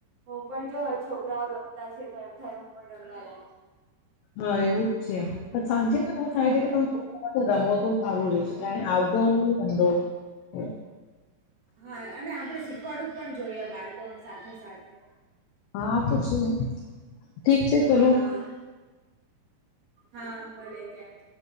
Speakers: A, on the right; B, on the left.
A: હું પણ જોઆ છોકરાઓ રમતા છે તો એમ થાય હું પણ રમવા લાગુ
B: હા એવું જ છે પણ સાંજે તો એવું
A: હા
B: થાય છે કે તમે રમો તો સારું રહેે છે આઉટડોર હોય ઇન્ડોર હોય.
A: હા અને આપડણે શીખવાડવું પણ જોઈએ બાળકોને સાથે સાથે
B: હા તો છું ઠીક છે
A: હા
B: ચલો.
A: હા ભલે ત્યારે